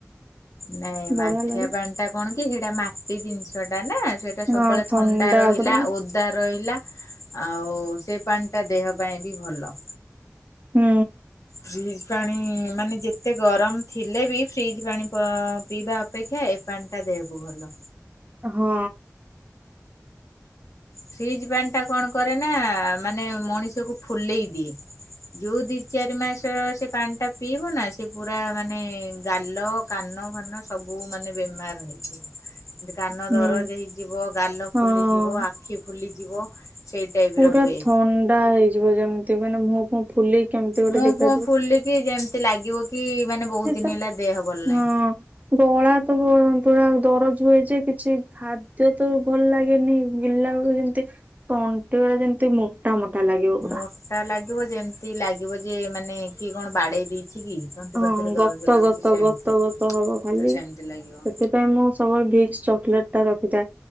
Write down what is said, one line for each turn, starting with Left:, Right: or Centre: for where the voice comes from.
Left: ନାଇଁ ମାଠିଆ
Right: ବଢିଆ ଲାଗେ
Left: ପାଣି ଟା କଣ କି ସେଇଟା ମାଟି ଜିନିଷ ଟା ନା ସେ ଏଟା ସବୁବେଳେ
Right: ହଁ
Left: ଥଣ୍ଡା ରହିଲା
Right: ପୁରା ହୁଁ
Left: ଓଦା ରହିଲା ଆଉ ସେ ପାଣି ଟା ଦେହ ପାଇଁ ବି ଭଲ।
Right: ହୁଁ।
Left: ଫ୍ରିଜ ପାଣି ମାନେ ଯେତେ ଗରମ ଥିଲେ ବି ଫ୍ରିଜ ପାଣି ପିଇବା ପେକ୍ଷା ଏ ପାଣିଟା ଦେହକୁ ଭଲ।
Right: ହଁ।
Left: ଫ୍ରିଜ ପାଣିଟା କଣ କରେ ନା ମାନେ ମଣିଷକୁ ଫୁଲେଇ ଦିଏ। ଯୋଉ ଦି ଚାରି ମାସ ସେ ପାଣି ଟା ପିଇବ ନା ସେ ପୁରା ମାନେ ଗାଲ କାନ ଫାନ ସବୁ ମାନେ ବେମାର ହେଇଯିବ। କାନ
Right: ହୁଁ
Left: ଦରଜ ହେଇଯିବ ଗାଲ
Right: ହଁ
Left: ଫୁଲିଯିବ ଆଖି ଫୁଲିଯିବ। ସେଇ ଟାଇପ
Right: ପୁରା
Left: ର ହୁଏ।
Right: ଥଣ୍ଡା ହେଇଯିବ ଯେମିତି ମାନେ ମୁହଁ ଫୁହଁ ଫୁଲି କେମିତି ଗୋଟେ
Left: ମୁହଁ
Right: ଦେଖାଯିବ
Left: ଫୁହଁ ଫୁଲିକି
Right: <unintelligible>
Left: ଯେମିତି ଲାଗିବ କି ମାନେ ବହୁତ ଦିନ
Right: ତ
Left: ହେଲା ଦେହ ଭଲ ନାହିଁ।
Right: ହଁ। ଗଳା ତ ପୁରା ଦରଜ ହୁଏ ଯେ କିଛି ଖାଦ୍ୟ ତ ଭଲ ଲାଗେନି ଗିଲା ବେଳକୁ ଯେମିତି ଟନ <unintelligible> ଯେମିତି ମୋଟା ମୋଟା ଲାଗିବ ପୁରା।
Left: ମୋଟା ଲାଗିବ ଯେମତି ଲାଗିବ ଯେ ମାନେ କିଏ କଣ ବାଡେଇ ଦେଇଛି କି? ତଣ୍ଟି
Right: ହଁ
Left: ପାଖରେ ଦରଜ
Right: ଗତ
Left: ଲାଗୁଛି
Right: ଗତ
Left: ସେମତି
Right: ଗତ ଗତ ହବ ଖାଲି
Left: ତ ସେମିତି ଲାଗିବ
Right: ସେଥିପାଇଁ ମୁଁ ସବୁ ଭିକ୍ସ ଚକଲେଟ ଟା ରଖିଥାଏ